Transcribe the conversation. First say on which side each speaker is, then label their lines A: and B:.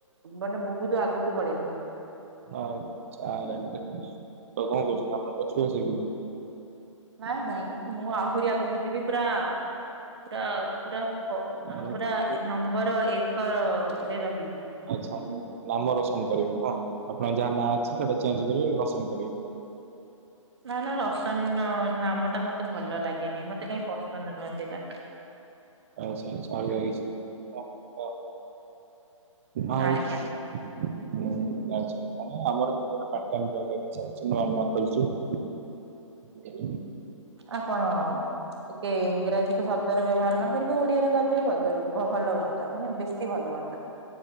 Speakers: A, on the right; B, on the right.
A: ମାନେ ବହୁତ ଆଗକୁ ପଳେଇଲିିଣି।
B: ଆଉ କଣ ‌ଆଜ୍ଞା ଆଜ୍ଞା ଦେଖୁଛି ତାହେଲେ କଣ କହୁଛନ୍ତି ଆପଣ ପଛକୁ ଘୁଞ୍ଚିବେନି।
A: ନାଇଁ ନାଇଁ ମୁଁ ଆହୁରି ଆଗକୁ ଯିବି ପୁରା ପୁରା ପୁରା ପ
B: ମୁଁ
A: ପୁରା ନମ୍ବର ଏକର ରେ ରହିବି।
B: ଆଛା ନାମ ରୋସନ କରିବେ ନୁହଁ ଆପଣଙ୍କ ଯାହା ନାଁ ଅଛି ସେଟା ଚେଞ୍ଜ କରିବେ ରୋସନ କରିବେ।
A: ନା ନା ରୋସନ ନାମ ଟା ମତେ ଭଲ ଲାଗେନି ମତେ କାଇଁ ପସନ୍ଦ ନୁହେଁ ସେଇଟା।
B: ଆଛା ଆଛା ଅଲଗା କିଛି। ନାହିଁ। ଆଉ।
A: ଆଜ୍ଞା।
B: ହୁଁ ଆଛା ଆଛା ନାଇଁ ଆମର ଏବେ ଗୋଟା ପାର୍ଟ ଟାଇମ୍ ଯବ ଚାଲିଛି ନୂଆ ନୁଆ କରିଛୁ। ହ
A: ଆପଣ ଟିକେ ଇଂରାଜୀ କୁ ଶବ୍ଦରେ ବ୍ୟବହାର କାଇଁ। ଫିରି ବି ଓଡିଆରେ କହିଲେ ବଦଳୁ ଭଲ ହୁଅନ୍ତା ମାନେ ବେଶୀ ଭଲ ହୁଅନ୍ତା।